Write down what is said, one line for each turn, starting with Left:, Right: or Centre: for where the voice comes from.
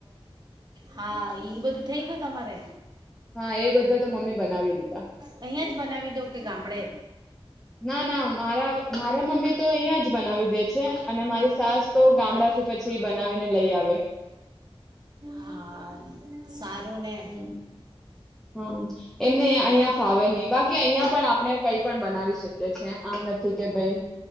Right: હા એ બધું થઈ ગયું. તમારે
Centre: હા એ બધા તો મમ્મી બનાવી દીધા
Right: અહીંયા જ બનાવી દો કે ગામડે
Centre: ના ના મારા મારા મમ્મી તો અહં જ બનાવી દે છે અને મારી સાસ તો ગામડાથી પછી બનાવીને લઈ આવે. <inaudible>
Right: હા સારું ને
Centre: હમ હમ એમને અહિયાં ફાવે નહી બાકી અહિયાં પણ આપણે કઈ પણ બનાવી શકીએ છીએ આમ નથી કે ભાઈ